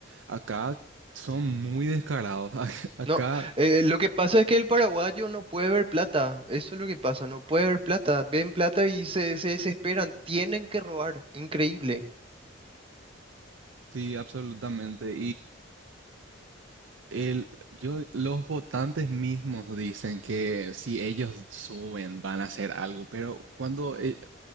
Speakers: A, on the right (about 75°); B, on the right (about 30°).
A: acá son muy descarados. <laughs> Acá
B: No, eh, lo que pasa es que el paraguayo no puede ver plata, eso es lo que pasa, no puede ver plata, ven plata y se, se desesperan, tienen que robar, increíble.
A: sí, absolutamente. El, yo, los votantes mismos dicen que si ellos suben van a hacer algo, pero cuando eh,